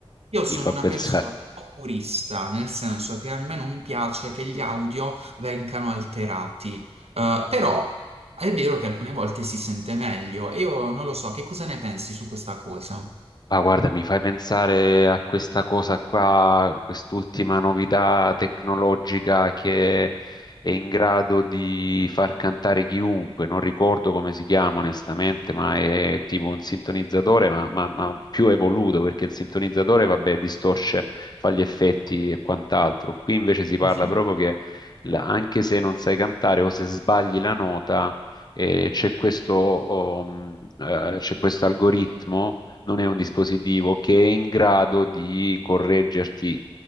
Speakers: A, on the right; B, on the left.
A: io sono
B: mi fa
A: una
B: <laughs> pensare
A: persona un po' purista, nel senso che a me non piace che gli audio vengano alterati, Eh, però è vero che alcune volte si sente meglio. Io non lo so, che cosa ne pensi su questa cosa?
B: Ah, guarda, mi fai pensare a questa cosa qua, quest'ultima novità tecnologica che è in grado di far cantare chiunque. Non ricordo come si chiama onestamente, ma è tipo un sintonizzatore, ma, ma- ma più evoluto, perché il sintonizzatore, vabbè, distorce, fa gli effetti e quant'altro. Qui invece si parla
A: Mhm.
B: proprio che la- anche se non sai cantare o se sbagli la nota, eh, c'è questo, oh, mh, eh, c'è questo algoritmo non è un dispositivo che è in grado di correggerti